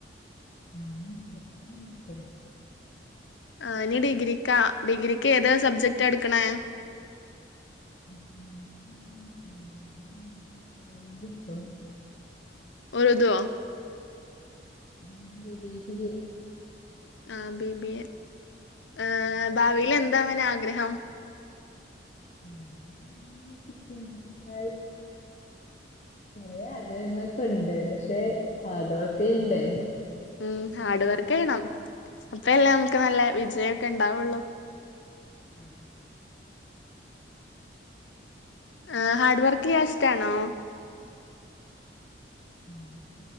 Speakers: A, on the left (about 40°); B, on the left (about 80°).
A: ഞാനും പ്ലസ് ടു കഴിഞ്ഞ് നിക്ക.
B: ആ ഇനി ഡിഗ്രിക്കാ ഡിഗ്രിക്ക് ഏതാ സബ്ജക്റ്റാട്ക്ക്ണേ.
A: എക്കണോമിക്സ് എടുക്കണം അല്ലെങ്കിൽ പിന്നെ ഏതെങ്കിലും എടുക്കണം.
B: ഉറുതോ
A: B B A, B B A.
B: ആ ബിബിയെ ഏ
A: എ
B: ഭാവിൽ എന്താ ആവനാ ആഗ്രഹം.
A: അങ്ങനൊക്കെ ചിന്തിച്ചാൽ കുറേ ആഗ്രഹങ്ങളൊക്കെ ഉണ്ട് പക്ഷേ ഹാർട് വർക്ക് ചെയ്യണ്ടേ.
B: ഉം ഹാർഡ് വർക്ക് ചെയ്യണം അപ്പല്ലേ നമുക്ക് നല്ല വിജയൊക്കെണ്ടാവുള്ളു.
A: അത്
B: ആ ഹാർഡ് വർക്കെയ്യാൻ ഇഷ്ട്ടാണോ
A: <unintelligible>